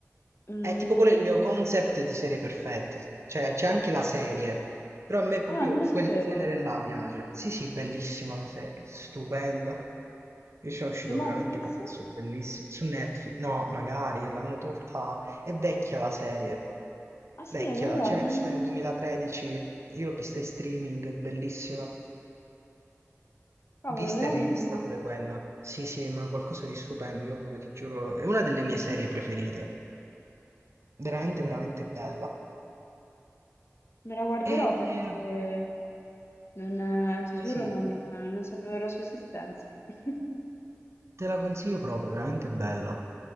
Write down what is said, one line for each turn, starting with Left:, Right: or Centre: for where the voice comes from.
Left: Mm.
Right: È tipo quello è il mio concept di serie perfetta, cioè c'è anche la serie, però a me proprio
Left: Ah, non lo sapevo.
Right: quel genere là piace. Sì, sì, bellissima la serie, stupenda. Io ci sono uscito
Left: Su Netflix?
Right: veramente pazzo, bellissimo. Su Netflix, no, magari l'hanno tolta, è vecchia la serie.
Left: Ah, sì,
Right: Vecchia,
Left: vabbè,
Right: cioè
Left: non...
Right: è uscita nel 2013, io l'ho vista in streaming, è bellissima.
Left: Cavolo,
Right: Vista
Left: veramente
Right: e rivista
Left: no.
Right: pure quella. Sì, sì, ma qualcosa di stupendo, io proprio ti giuro, è una delle mie serie preferite. Veramente, veramente bella.
Left: Me la guarderò
Right: E
Left: perché
Right: eh,
Left: non, eh, ti
Right: eh
Left: giuro,
Right: sì,
Left: non, non sapevo la sua esistenza. <laughs>
Right: te la consiglio proprio, veramente bella.